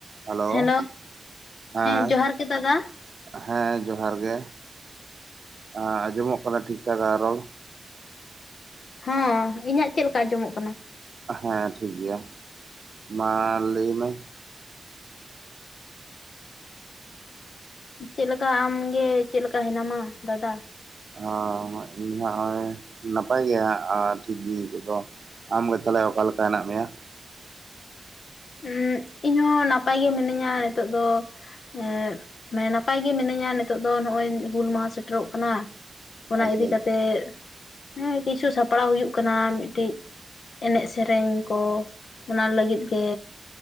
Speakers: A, on the right (about 65°); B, on the left (about 80°).
A: Hello,
B: hello
A: ᱦᱮᱸ᱾
B: ᱡᱚᱦᱟᱨ ᱜᱮ ᱫᱟᱫᱟ
A: ᱦᱮᱸ ᱡᱚᱦᱟᱨ ᱜᱮ᱾ ᱮᱸ ᱟᱸᱡᱚᱢᱚᱜ ᱠᱟᱱᱟ ᱴᱷᱤᱠ ᱴᱷᱟᱠ ᱟ ᱨᱚᱲ?
B: ᱦᱮᱸ᱾ ᱤᱧᱟᱹᱜ ᱪᱮᱫ ᱞᱮᱠᱟ ᱟᱸᱡᱚᱢᱚᱜ ᱠᱟᱱᱟ?
A: ᱦᱮᱸ ᱴᱷᱤᱠ ᱜᱮᱭᱟ, ᱢᱟ ᱞᱟᱹᱭ ᱢᱮ᱾
B: ᱪᱮᱫ ᱞᱮᱠᱟ ᱟᱢᱜᱮ ᱪᱮᱫ ᱞᱮᱠᱟ ᱦᱮᱱᱟᱢᱟ ᱫᱟᱫᱟ?
A: ᱟᱸᱻ ᱤᱧᱢᱟ ᱱᱚᱜᱼᱚᱭ ᱱᱟᱯᱟᱭ ᱜᱮ ᱦᱟᱸᱜ ᱟᱨ ᱴᱷᱤᱠ ᱜᱤᱭᱟᱹᱧ ᱱᱤᱛᱚᱜ ᱫᱚ᱾ ᱟᱢ ᱜᱮ ᱛᱟᱦᱚᱞᱮ ᱚᱠᱟ ᱞᱮᱠᱟ ᱦᱮᱱᱟᱜ ᱢᱮᱭᱟ?
B: ᱦᱩᱸᱻ, ᱤᱧ ᱦᱚᱸ ᱱᱟᱯᱟᱭ ᱜᱮ ᱢᱤᱱᱟᱹᱧᱟ ᱱᱤᱛᱚᱜ ᱫᱚ, ᱮᱸᱜ ᱢᱟᱱᱮ ᱱᱟᱯᱟᱭ ᱜᱮ ᱢᱤᱱᱟᱹᱧᱟ ᱱᱤᱛᱚᱜ ᱫᱚ, ᱱᱚᱜᱼᱚᱭ ᱦᱩᱞ ᱢᱟᱦᱟ ᱥᱮᱴᱮᱨᱚᱜ ᱠᱟᱱᱟ, ᱚᱱᱟ
A: ᱟᱪᱪᱷᱟ
B: ᱤᱫᱤ ᱠᱟᱛᱮᱜ, ᱦᱮᱸ ᱠᱤᱪᱷᱩ ᱥᱟᱯᱲᱟᱣ ᱦᱩᱭᱩᱜ ᱠᱟᱱᱟ ᱢᱤᱫᱴᱤᱡ ᱮᱱᱮᱡ ᱥᱮᱨᱮᱧ ᱠᱚ, ᱚᱱᱟ ᱞᱟᱹᱜᱤᱫ ᱜᱮ᱾